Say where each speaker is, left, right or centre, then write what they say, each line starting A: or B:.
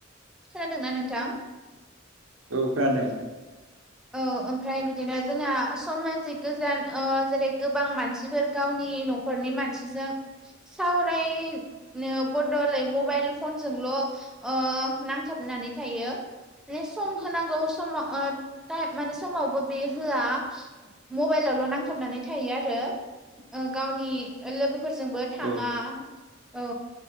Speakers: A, in the centre; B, on the right (about 75°).
A: खोनादोंना नोंथां?
B: औ खोनादों।
A: औ ओमफ्राय बिदिनो जोंना समाजिक गोजान जेरै गोबां मानसिफोर गावनि न'खरनि मानसिजों सावरायनो बलाय मबाइल फनजोंल' ओ नांथाबनानै थायो मे सम होनांगौ समाव ओ टाइम माने समावबो बे होआ मबाइलावल' नांथाबनानै थायो आरो गावनि लोगोफोरजोंबो
B: औ
A: थाङा
B: औ
A: औ